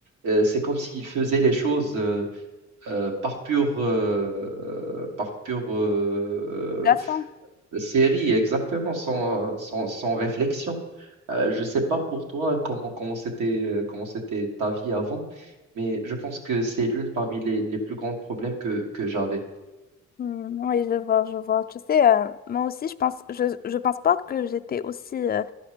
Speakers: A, on the right; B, on the left.
A: Euh, c'est comme s'il faisait les choses euh, euh, par pure, euh, par pure euh,
B: relation.
A: série, exactement, sans, sans, sans réflexion. Euh, je ne sais pas pour toi comment, comment c'était, euh, comment c'était ta vie avant, mais je pense que c'est l'une parmi les, les plus grands problèmes que, que j'avais.
B: Hmm, oui, je vois, je vois. Tu sais, euh, moi aussi, je pense, je, je pense pas que j'étais aussi, euh,